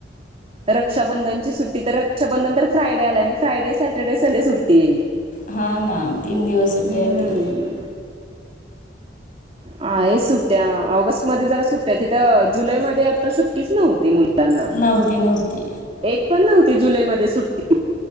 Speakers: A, on the right; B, on the left.
A: रक्षाबंधनची सुट्टी तर. रक्षाबंधन तर फ्रायडे आलाय. मग फ्रायडे सेटरडे संडे सुट्टी ईल.
B: हा ना तीन दिवस सुट्ट्या
A: हम्म
B: येतील.
A: आहे सुट्टया. ऑगस्टमध्ये जरा सुट्ट्या आहेत. तिथं जुलैमध्ये आता सुट्टीच नव्हती. मुल त्यांना
B: नव्हती नव्हती.
A: एक पण नव्हती जुलै मध्ये सुट्टी.